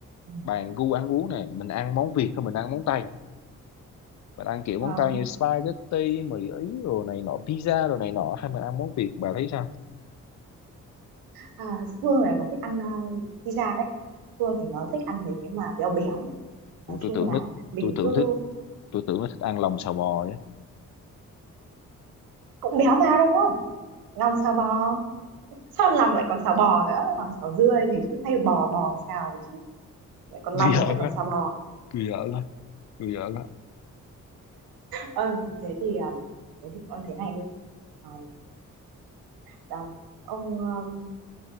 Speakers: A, on the right; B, on the left.
A: Ừ.
B: bàn gu ăn uống này mình ăn món Việt hay mình ăn món Tây bạn ăn kiểu
A: Ờ,
B: món tao như spaghetti mì ý rồi này nọ pizza rồi này nọ hay mình ăn món Việt bà thấy sao
A: à, Phương là nó thích ăn uh, pizza đấy Phương thì nó thích ăn mấy cái mà béo béo ấy.
B: Ủa,
A: nói
B: tôi
A: chung
B: tưởng
A: là
B: nó
A: mình
B: tôi tưởng
A: cứ
B: thích tôi tưởng nó thích ăn lòng xào bò á
A: cũng béo mà đúng không lòng xào bò sao lòng lại còn xào bò nữa lòng xào dưa gì chứ hay bò bò xào chứ lại còn lòng
B: Tôi giỡn
A: lại còn
B: á
A: xào bò
B: tôi giỡn á tôi giỡn á
A: Ờ, thế thì ờ, thế thì con thế này đi Ờ, ờ, ông ờ,